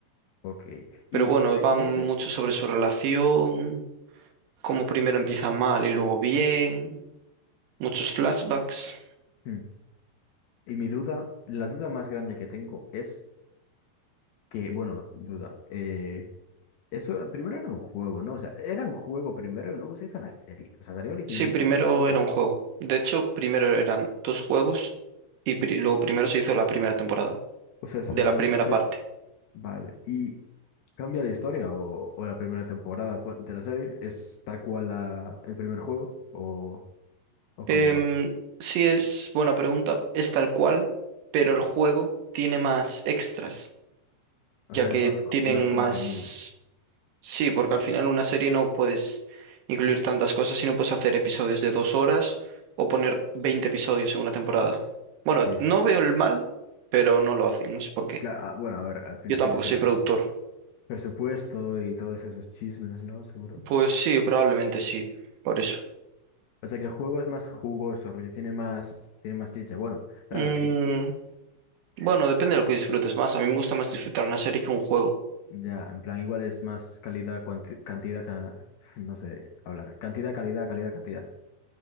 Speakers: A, on the left (about 75°); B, on the right (about 75°).
A: Ok.
B: pero
A: Y
B: bueno, va
A: entonces,
B: mucho sobre su relación, cómo primero empieza mal y luego bien, muchos flashbacks.
A: hmm, y mi duda, la duda más grande que tengo es que, bueno, duda, eh, eso primero era un juego, ¿no? O sea, era un juego primero y luego se hizo la serie. O sea, salió originalmente
B: Sí, primero
A: como un juego.
B: era un juego. De hecho, primero eran dos juegos Y pri- lo primero se hizo la primera temporada,
A: O sea, se
B: de
A: sacaron...
B: la primera
A: prim-
B: parte.
A: Vale. ¿Y cambia la historia o, o la primera temporada pues, de la serie? ¿Es tal cual la, el primer juego o, o
B: Em,
A: cómo va?
B: sí es buena pregunta, es tal cual, pero el juego tiene más extras,
A: O
B: ya
A: sea,
B: que
A: es más, co-
B: tienen
A: más contenido.
B: más... Sí, porque al final una serie no puedes incluir tantas cosas, sino puedes hacer episodios de dos horas o poner 20 episodios en una temporada. Bueno,
A: Sí.
B: no veo el mal, pero no lo hacen, no sé por qué.
A: Cla- ah, bueno, a ver, al final,
B: Yo tampoco
A: yo qué sé,
B: soy productor.
A: igual, Presupuesto y todos esos chismes, ¿no? Seguro.
B: Pues sí, probablemente sí, por eso.
A: O sea, que el juego es más jugoso, rollo, tiene más, tiene más chiste. Bueno, claro,
B: Mm,
A: sí, sí.
B: Bueno, depende de lo que disfrutes más. A mí me gusta más disfrutar una serie que un juego.
A: Ya, en plan, igual es más calidad, cuanti- cantidad, ca- <laughs> no sé hablar. Cantidad, calidad, calidad, cantidad.